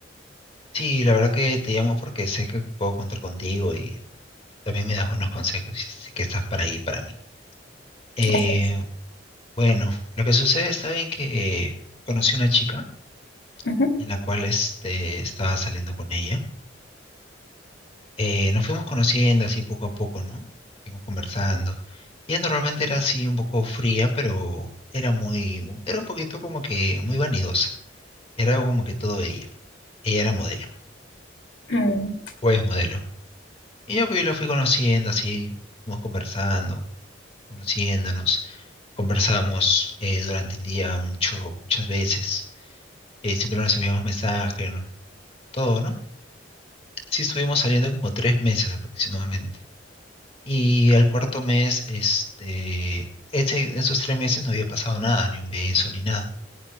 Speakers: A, on the left; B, on the left.
A: Sí, la verdad que te llamo porque sé que puedo contar contigo y también me das buenos consejos y sé que estás para ahí para mí. Eh,
B: Gracias.
A: bueno, lo que sucede está bien que eh, conocí una chica
B: Ujú.
A: en la cual este, estaba saliendo con ella. Eh, nos fuimos conociendo así poco a poco, ¿no? Fuimos conversando. Ella normalmente era así un poco fría, pero era muy, era un poquito como que muy vanidosa. Era como que todo ella. Ella era modelo,
B: Mm.
A: o es modelo. Y yo, pues, yo la fui conociendo así, fuimos conversando, conociéndonos. Conversábamos eh, durante el día mucho, muchas veces. Eh, siempre nos enviamos mensajes, ¿no? Todo, ¿no? Sí, estuvimos saliendo como tres meses aproximadamente. Y el cuarto mes, este, ese, esos tres meses no había pasado nada, ni un beso, ni nada.